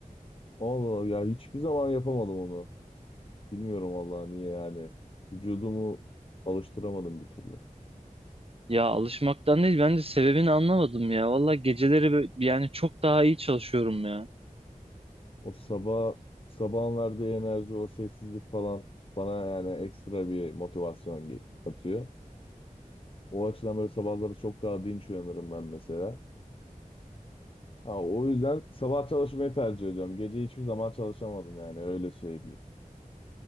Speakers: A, on the left; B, on the right.
A: Allah Allah ya hiçbir zaman yapamadım onu. Bilmiyorum vallahi niye yani. Vücudumu alıştıramadım bir türlü.
B: Ya alışmaktan değil ben de sebebini anlamadım ya. Valla geceleri bö- yani çok daha iyi çalışıyorum ya.
A: O sabah sabahın verdiği enerji, o sessizlik falan bana yani ekstra bir motivasyon ge- katıyor. O açıdan böyle sabahları çok daha dinç uyanırım ben mesela. Ha, o yüzden sabah çalışmayı tercih ediyorum. Gece hiçbir zaman çalışamadım yani öyle söyleyeyim.